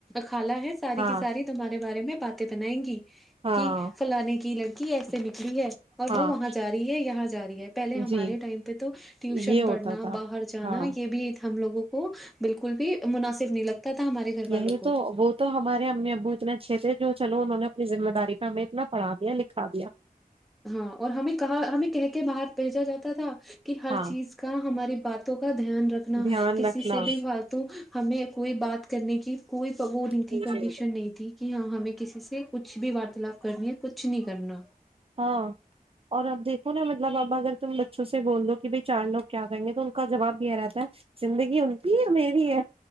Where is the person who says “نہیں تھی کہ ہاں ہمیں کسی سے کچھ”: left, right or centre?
Centre